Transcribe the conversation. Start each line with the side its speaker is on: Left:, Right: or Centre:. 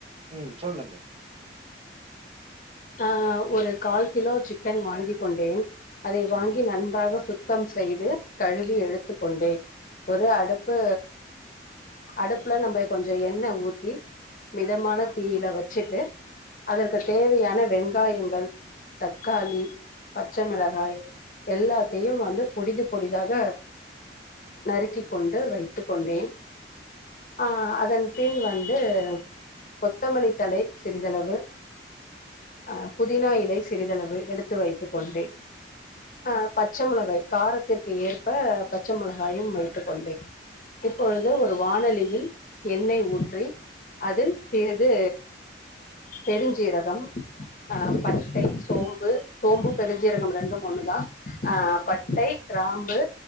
Right: ம் சொல்லுங்க
Left: அ ஒரு கால் கிலோ சிக்கன் வாங்கிகொண்டேன் அதை வாங்கி
Right: ம்
Left: நன்றாக சுத் த்தம் செய்து கழுவி எடுத்துக்கொண்டேன் ஒரு அடுப்பு அடுப்புல நம்ப கொஞ்சொ எண்ணெ ஊத்தி மிதமான தீயில வச்சுட்டு அதற்கு தேவையான வெங்காயங்கள் தக்காளி பச்சமிளகாய் எல்லாத்தையு வந்து பொடிது பொடிதாக நறுக்கி கொண்டு வைத்துக் கொண்டேன் அ அதன் பின் வந்து கொத்தமல்லிதலை சிறிதளவு அ புதினா இலை சிறிதளவு எடுத்து வைத்துக்கொண்டே அ பச்சமிளகாய் காரத்திற்கு ஏற்ப பச்ச மிளகாயு வைத்துக்கொண்டே இப்பொழுது ஒரு வானாலியில் எண்ணெய் ஊற்றி அதில் சிறிது பெருஞ்சீரகம் அ பட்டை சோம்பு சோம்பு பெருஜீரகம் ரெண்டும் ஒண்ணுதா ஆ பட்டை கிராம்பு